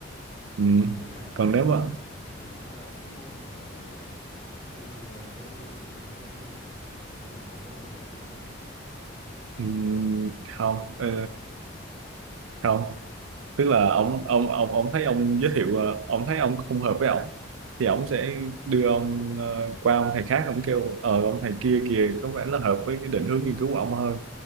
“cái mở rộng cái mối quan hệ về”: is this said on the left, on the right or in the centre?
Left